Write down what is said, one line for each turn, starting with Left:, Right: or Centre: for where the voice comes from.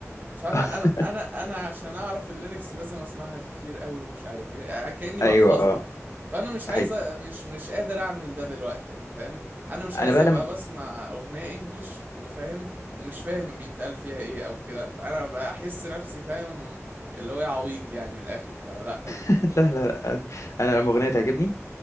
Right: فانا
Left: <laughs>
Right: انا انا انا عشان اعرف الليركس لازم اسمعها كتير قوي ومش عارف ايه يعني كاني
Left: أيوة
Right: بحفظها
Left: اه
Right: فانا مش عايز
Left: ده حقيقي
Right: أ- مش مش قادر اعمل ده دلوقتي يعني فاهم انا مش عايز
Left: أنا بقى
Right: ابقى
Left: لما
Right: بسمع اغنيه انجليش وفاهم ومش فاهم بيتقال فيها ايه او كده انا بحس نفسي فاهم اللي هو إيه عبيط يعني من الاخر فلا
Left: <laughs> لا لا لا. انا لما اغنيه تعجبني